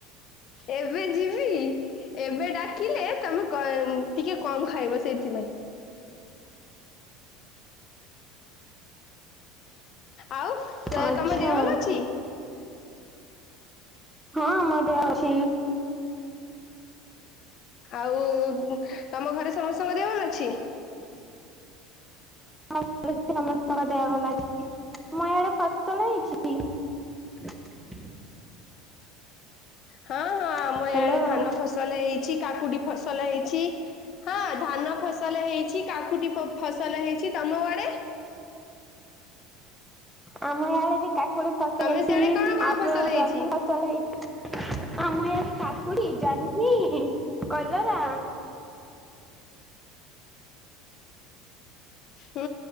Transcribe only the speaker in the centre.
<unintelligible> ଆଚ୍ଛା।
ହଁ ମତେ ଅଛି।
ହଁ ସମ ଦେଆ ଭଲ ଅଛି ତମ ଏଆଡେ ଫସଲ ହେଇଛି? <inaudible>
ହ୍ୟାଲୋ।
ଆମ ୟାଡେ ବି କାକୁଡି ଫସଲ
ହେଇଛି
ଆଉ ଯୋଉ
ଜହ୍ନି
ଫସଲ ହେଇ ଆମ ଇଆଡ଼େ କାକୁଡ଼ି ଜହ୍ନି କଲରା